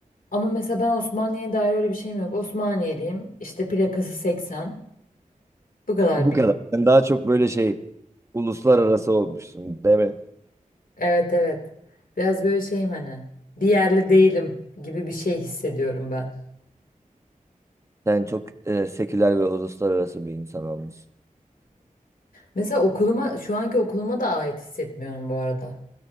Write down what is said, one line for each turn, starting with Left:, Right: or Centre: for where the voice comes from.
Left: Ama mesela ben Osmaniye'ye dair öyle bir şeyim yok. Osmaniyeliyim işte plakası 80 bu kadar
Right: Bu kadar. Sen daha çok böyle şey uluslararası olmuşsun, değil mi?
Left: Evet evet. Biraz böyle şeyim hani bir yerli değilim gibi bir şey hissediyorum ben.
Right: Sen çok e, seküler ve uluslararası bir insan olmuşsun.
Left: Mesela okuluma şu anki okuluma da ait hissetmiyorum bu arada.